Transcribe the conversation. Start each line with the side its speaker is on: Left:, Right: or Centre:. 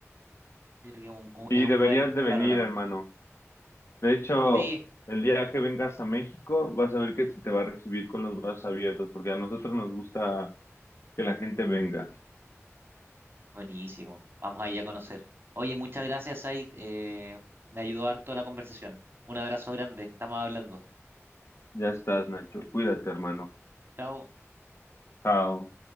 Right: Yo creo que un- un-
Left: Y
Right: es un
Left: deberías
Right: buen
Left: de venir,
Right: panorama.
Left: hermano. De hecho,
Right: Sí,
Left: el día que vengas a México, vas a ver que se te va a recibir con los brazos abiertos, porque a nosotros nos gusta que la gente venga.
Right: buenísimo. Vamos ahí a conocer. Oye, muchas gracias, Said. eh, me ayudó harto la conversación. Un abrazo grande. Estamos hablando.
Left: Ya estás, Nacho. Cuídate, hermano.
Right: Chao.
Left: Chao.